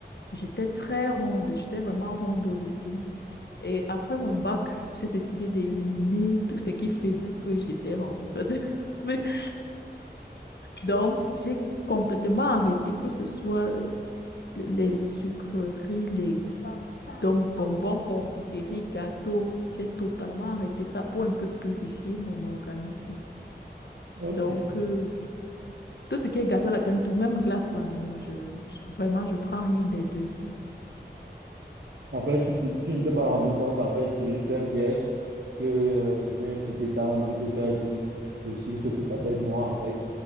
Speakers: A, on the left (about 70°); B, on the right (about 80°).
A: j'étais très ronde. J'étais vraiment ronde au lycée. Et après mon bac, j'ai décidé d'éliminer tout ce qui faisait que j'étais ronde. Parce que <laughs> Donc, j'ai complètement arrêté que ce soit euh, les sucreries, les donc bonbons, confiseries, gâteaux. J'ai totalement arrêté ça pour un peu purifier mon organisme.
B: Ok.
A: Donc, euh, tout ce qui est gâteau à la crème, tout, même glace là, non, je, je- vraiment, je prends rien des deux.
B: En fait,
A: Tu
B: si tu, tu ne t'es pas rendu compte, en fait, c'est juste un piège que euh, je viens juste t'étendre, vu que tu as dit le sucre, c'est ta bête noire, en fait.